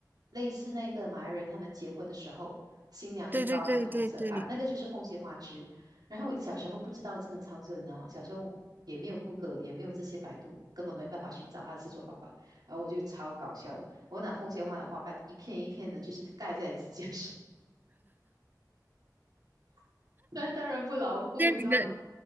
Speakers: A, on the right; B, on the right.
A: 类似那个马来人他们结婚的时候，新娘会包那个红色啊，
B: 对对对对对，
A: 那个就是凤仙花枝。然后小时候不知道这么操作，你知道吗？小时候也没有 Google，也没有这些百度，根本没办法寻找它的制作方法。然后我就超搞笑的，我拿凤仙花的花瓣一片一片的，就是盖在指甲上，<laughs> 那当然不牢固，
B: 这样你的，
A: 你知道吗？